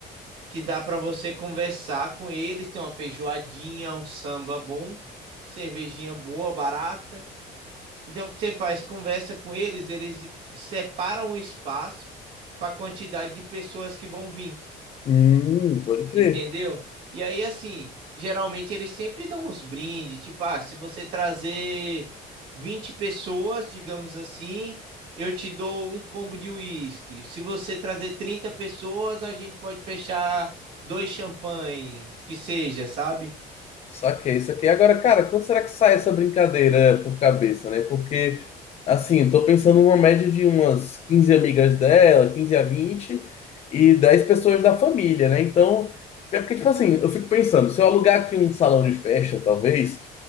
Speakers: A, on the right; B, on the left.
A: que dá para você conversar com eles, tem uma feijoadinha, um samba bom, cervejinha boa, barata. Então, o que você faz? Conversa com eles, eles separam o espaço para a quantidade de pessoas que vão vir,
B: Hum, pode crer.
A: entendeu? E aí, assim, geralmente eles sempre dão uns brindes, tipo, ah, se você trazer 20 pessoas, digamos assim, eu te dou um combo de uísque. Se você trazer 30 pessoas, a gente pode fechar dois champanhes, que seja, sabe?
B: Saquei, saquei. Agora, cara, quando será que sai essa brincadeira por cabeça, né? Porque, assim, eu tô pensando numa média de umas 15 amigas dela, 15 a 20 e 10 pessoas da família, né? Então, é porque, tipo assim, eu fico pensando, se eu alugar aqui um salão de festa, talvez,